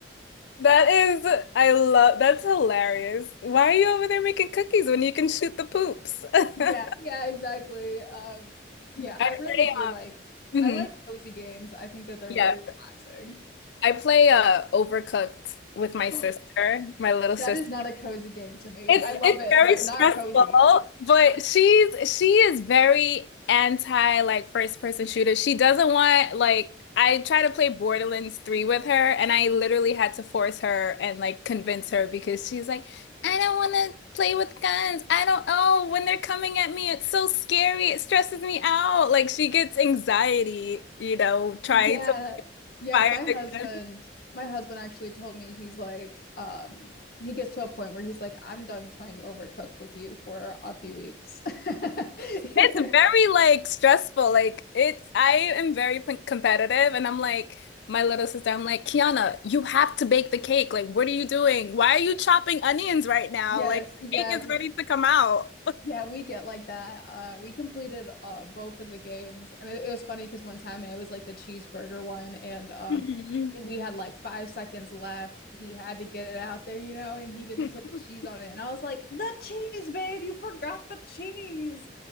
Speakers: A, on the left; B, on the left.
A: that is I love that's hilarious. Why are you over there making cookies when you can shoot the poops? <laughs> I
B: Yeah, yeah, exactly. Um, yeah, I
A: pray
B: really do like
A: on.
B: I like cozy games. I think that they're
A: Yeah,
B: very relaxing.
A: I play uh Overcooked with my
B: <gasps>
A: sister, my little
B: That
A: sister.
B: is not a cozy game to me.
A: It's
B: I love
A: it's
B: it,
A: very
B: but
A: stressful,
B: not cozy.
A: but she's she is very anti like first person shooter. She doesn't want like I try to play Borderlands 3 with her and I literally had to force her and like convince her because she's like, I don't want to play with guns. I don't oh, when they're coming at me, it's so scary. It stresses me out. Like she gets anxiety, you know, trying
B: Yeah.
A: to
B: Yeah,
A: fire
B: my husband,
A: the gun.
B: my husband actually told me he's like, um, he gets to a point where he's like, I'm done playing Overcooked with you for a few weeks. <laughs>
A: It's very like stressful. Like it's I am very p competitive and I'm like my little sister, I'm like, Kiana, you have to bake the cake. Like, what are you doing? Why are you chopping onions right now?
B: Yes,
A: Like
B: yes,
A: the cake is ready to come out.
B: Yeah, we get like that. Uh, we completed uh, both of the games, and it, it was funny because one time it was like the cheeseburger one, and um,
A: Mhm.
B: it- we had like five seconds left. He had to get it out there, you know, and he didn't
A: <laughs>
B: put the cheese on it, and I was like, "The cheese, babe! You forgot the cheese!"